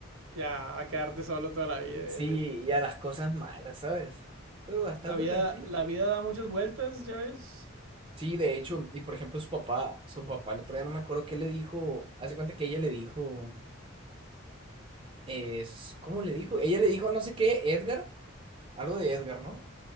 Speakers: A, on the right; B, on the right.
A: ya, a quedarte solo toda la vida,
B: Sí,
A: y así.
B: y a las cosas malas, ¿sabes? Pero bastante
A: La vida,
B: tranquilo.
A: la vida da muchas vueltas, ya ves.
B: Sí, de hecho, y por ejemplo su papá, su papá, el otro día no me acuerdo qué le dijo, hace cuenta que ella le dijo, es, ¿cómo le dijo? Ella le dijo no sé qué, Edgar, algo de Edgar, ¿no?